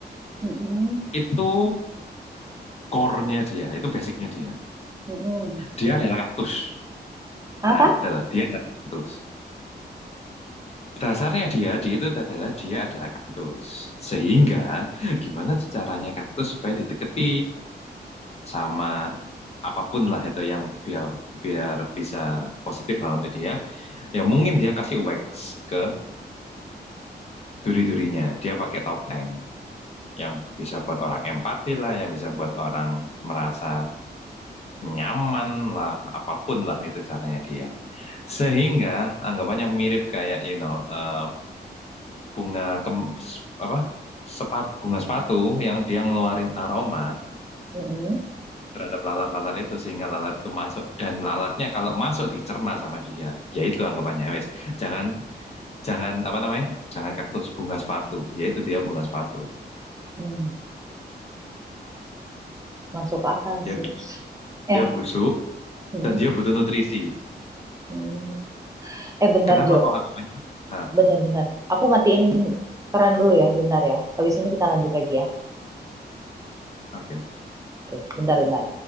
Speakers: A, on the right; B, on the left.
A: mm-mm,
B: Itu core-nya dia, itu basicnya dia.
A: mm-mm.
B: Dia adalah kaktus.
A: Apa?
B: Nah, adalah dia adalah kaktus. Dasarnya dia, dia itu adalah dia adalah kaktus. Sehingga gimana caranya kaktus supaya dideketi sama apapun lah itu yang biar biar bisa positif lah untuk dia. Ya mungkin dia kasih wax ke duri-durinya. Dia pakai topeng yang bisa buat orang empati lah, yang bisa buat orang merasa nyaman lah, apapun lah itu caranya dia. Sehingga anggapannya mirip kayak you know eh, bunga kem, s- apa sepatu bunga sepatu yang dia ngeluarin aroma
A: Mm-mm,
B: terhadap lalat-lalat itu sehingga lalat itu masuk dan lalatnya kalau masuk dicerna sama dia yaitu anggapannya wes jangan jangan apa namanya jangan kaktus bunga sepatu yaitu dia bunga sepatu
A: mm-mm. Masuk akal
B: dia
A: sih.
B: bu-
A: Eh,
B: dia busuk
A: mm,
B: dan dia butuh nutrisi
A: mm. Eh, bentar
B: kenapa
A: Jo,
B: kok anggapannya ah
A: bentar, bentar. Aku matiin keran dulu ya, bentar ya. Habis ini kita lanjut lagi ya.
B: oke
A: Oke, bentar, bentar.